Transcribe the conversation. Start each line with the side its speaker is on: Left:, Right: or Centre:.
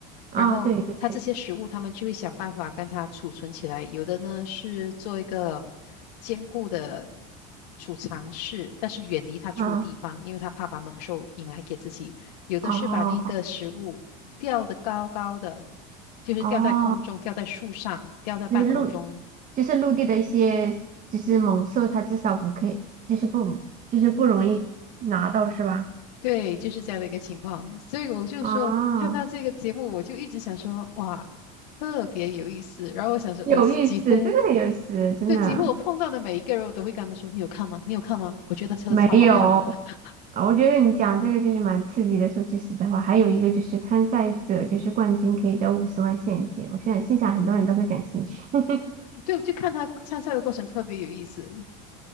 Right: 啊，
Left: 然后它这些食物，
Right: 对对对，
Left: 他们就会想办法跟它储存起来。有的呢是做一个坚固的储藏室，但是远离它住的地方，
Right: 啊
Left: 因为它怕把猛兽引来给自己。有的是把那个食物吊得高高的，
Right: 哦。
Left: 就是吊在空中，
Right: 哦，
Left: 吊在树上，吊在半空中，
Right: 就是陆，就是陆地的一些，就是猛兽，它至少不可以，就是不，就是不容易拿到，是吧？
Left: 对，就是这样的一个情况，所以我就说，
Right: 啊，
Left: 看到这个节目，我就一直想说，哇，特别有意思。然后我想说，
Right: 有意思，
Left: 我几乎，
Right: 真的很有意思，真的
Left: 就几乎我碰到的每一个人，我都会跟他们说，你有看吗？你有看吗？我觉得车超好看的，
Right: 没有
Left: <laughs>
Right: 啊。我觉得你讲这个就是蛮刺激的。说句实在话，还有一个就是参赛者就是冠军可以得五十万现金，我现在心想很多人都会感兴趣。<laughs>
Left: 我就看他参赛的过程特别有意思。